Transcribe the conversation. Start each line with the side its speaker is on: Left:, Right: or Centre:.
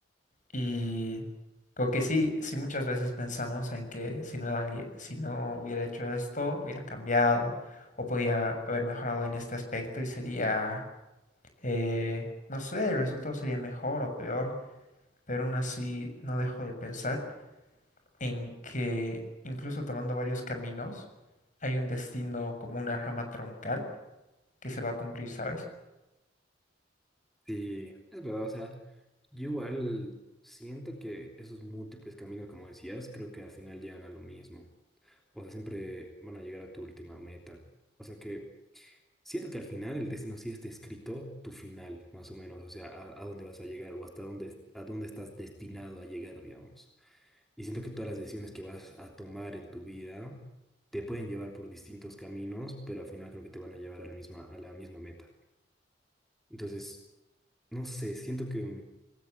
Left: Y creo que sí, sí muchas veces pensamos en que si no, había- si no hubiera hecho esto, hubiera cambiado o podía haber mejorado en este aspecto y sería, eh, no sé, el resultado sería mejor o peor, pero aún así no dejo de pensar en que incluso tomando varios caminos, hay un destino como una rama troncal que se va a cumplir, ¿sabes?
Centre: Sí, es verdad, o sea, yo igual siento que esos múltiples caminos, como decías, creo que al final llegan a lo mismo. O sea, siempre van a llegar a tu última meta. O sea que Siento que al final el destino sí está escrito tu final, más o menos, o sea, a, a dónde vas a llegar o hasta dónde, a dónde estás destinado a llegar, digamos. Y siento que todas las decisiones que vas a tomar en tu vida te pueden llevar por distintos caminos, pero al final creo que te van a llevar a la misma, a la misma meta. Entonces, no sé, siento que mm,